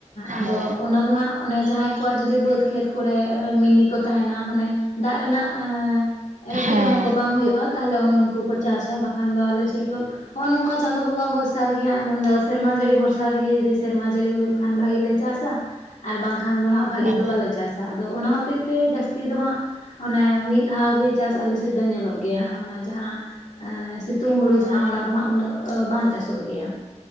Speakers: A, on the left; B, on the right.
A: ᱟᱫᱚ
B: ᱦᱮᱸ
A: ᱚᱱᱟ ᱫᱚ ᱦᱟᱸᱜ ᱚᱱᱮ ᱡᱟᱦᱟᱸᱭ ᱠᱚᱣᱟᱜ ᱡᱩᱫᱤ ᱵᱟᱹᱫᱽ ᱠᱷᱮᱛ ᱠᱚᱨᱮ ᱢᱤᱱᱤ ᱠᱚ ᱛᱟᱦᱮᱱᱟ ᱚᱱᱮ ᱫᱟᱜ ᱨᱮᱱᱟᱜ
B: ᱦᱮᱸ
A: ᱮᱸᱴᱠᱮᱴᱚᱬᱮ ᱠᱚ ᱵᱟᱝ ᱦᱩᱭᱩᱜᱼᱟ ᱛᱟᱦᱞᱮ ᱚᱱᱮ ᱩᱱᱠᱩ ᱠᱚ ᱪᱟᱥᱟ ᱵᱟᱠᱷᱟᱱ ᱫᱚ ᱟᱞᱮ ᱥᱮᱫ ᱫᱚ ᱚᱜᱼᱚ ᱱᱚᱝᱠᱟ ᱪᱟᱸᱫᱳ ᱵᱚᱸᱜᱟ ᱵᱷᱚᱨᱥᱟ ᱨᱮᱜᱮ ᱦᱟᱸᱜ ᱢᱮᱱᱫᱟ ᱥᱮᱨᱢᱟ ᱡᱟᱹᱲᱤ ᱵᱷᱚᱨᱼᱼ ᱥᱟ ᱨᱮᱜᱮ ᱡᱩᱫᱤ ᱥᱮᱨᱢᱟ ᱡᱟᱹᱲᱤ ᱦᱩᱭᱩᱜ ᱠᱷᱟᱱ ᱵᱷᱟᱜᱤ ᱞᱮ ᱪᱟᱥᱟ ᱟᱨ ᱵᱟᱝᱠᱷᱟᱱ ᱫᱚ ᱦᱟᱸᱜ ᱵᱷᱟᱜᱤ
B: ᱦᱮᱸ
A: ᱫᱚ ᱵᱟᱞᱮ ᱪᱟᱥᱟᱼᱼ ᱟ ᱟᱫᱚ ᱚᱱᱟ ᱦᱚᱛᱮᱡ ᱛᱮ ᱡᱟᱹᱥᱛᱤ ᱫᱚ ᱦᱟᱸᱜ ᱚᱱᱮ ᱢᱤᱫ ᱫᱷᱟᱣ ᱜᱮ ᱪᱟᱥ ᱟᱞᱮ ᱥᱮᱫ ᱫᱚ ᱧᱮᱞᱚᱜ ᱜᱮᱭᱟ ᱚᱱᱟ ᱡᱟᱦᱟᱸᱼᱼ ᱮᱸ ᱥᱤᱛᱩᱝ ᱦᱩᱲᱩ
B: ᱦᱳᱭ
A: ᱡᱟᱦᱟᱸ ᱚᱱᱟ ᱫᱚ ᱦᱟᱸᱜ ᱩᱱᱟᱹᱜ ᱵᱟᱝ ᱪᱟᱥᱚᱜ ᱜᱮᱭᱟ᱾